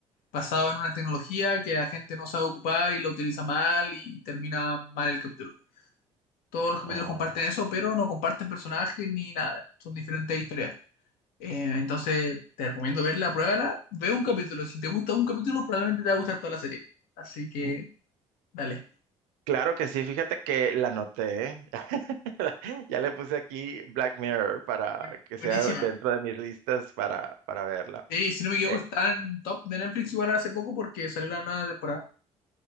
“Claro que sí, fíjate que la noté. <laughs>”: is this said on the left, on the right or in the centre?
Right